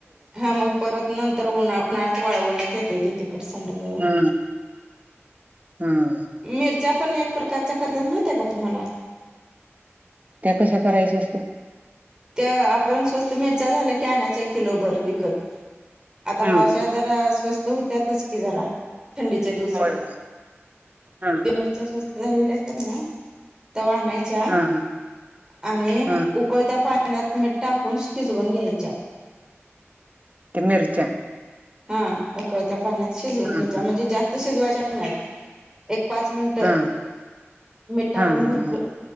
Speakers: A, on the right; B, on the right.
A: हा मग परत नंतर उन्हा उन्हाळ्यात वाळवण्यात येतय ते. तिखट सांडग,
B: हा हा
A: मिरच्या पण एक प्रकारच्या करतात माहीतेय काय तुम्हाला?
B: त्या कशा करायच्या असतय?
A: त्या आपण स्वस्त मिरच्या झाल्या की, आणायच्या एक किलो बर विकत. आता
B: हम्म
A: पावसाळ्यात जरा स्वस्त हुत्यातच कि जरा थंडीच्या दिवसात.
B: होय होय हा
A: ज्या मिरच्या स्वस्त झालेले असतात ना तवा आणायच्या
B: हा हा
A: आणि
B: हा
A: उकळत्या पाण ण्यात मीठ टाकून शिजवून घ्यायच्या
B: ते मिरच्या?
A: हा. उकळत्या पाण्यात शिजवून
B: हा
A: घ्यायच्या
B: हा
A: म्हणजे, जास्त शिजवायच्या नाहीत एक पाच मिनटं
B: हा
A: मीट टाकून
B: हा हा
A: भरपूर
B: हा